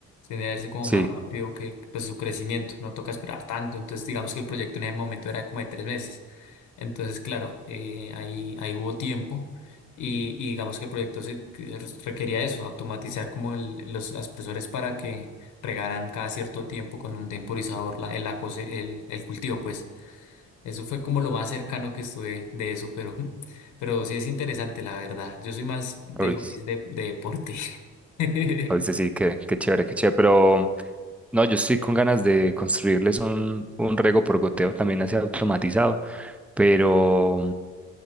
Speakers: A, on the left; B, in the centre.
A: tiende a verse como
B: sí,
A: más rápido que pues su crecimiento, no toca esperar tanto, entonces digamos que el proyecto en ese momento era como de tres meses, entonces claro, eh, ahí, ahí hubo tiempo y, y digamos que el proyecto se, que se requería eso, automatizar como el- los aspersores para que regaran cada cierto tiempo con un temporizador la, el, la cose- el, el cultivo, pues eso fue como lo más cercano que estuve de eso, pero, <laughs> pero sí es interesante, la verdad. Yo soy más de
B: oís-
A: hobbies de, de deporte. <laughs>
B: oíste, sí, qué, qué chévere, qué chévere, pero... No, yo estoy con ganas de construirles un, un riego por goteo también así automatizado, pero